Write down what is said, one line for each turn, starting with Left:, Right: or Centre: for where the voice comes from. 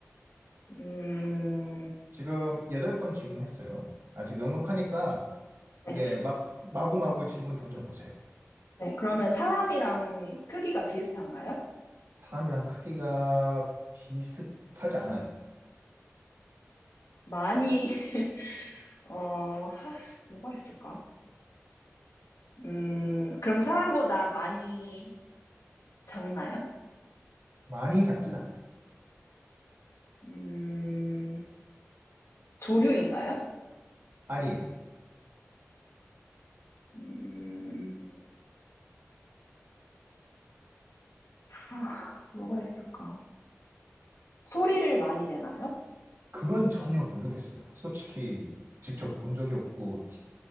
Left: 음,
Right: 지금 여덟 번 질문했어요. 아직 넉넉하니까
Left: 네.
Right: 이게 막 마구마구 질문 던져보세요.
Left: 네. 그러면 사람이랑 크기가 비슷한가요?
Right: 사람이랑 크기가 비슷하지 않아요.
Left: 많이, <laughs> 어, 하, 뭐가 있을까? 음, 그럼 사람보다 많이 작나요?
Right: 많이 작진 않아요.
Left: 음, 조류인가요?
Right: 아니에요.
Left: 음, 아, 뭐가 있을까? 소리를 많이 내나요?
Right: 그건 전혀 모르겠어요. 솔직히 직접 본 적이 없고 티,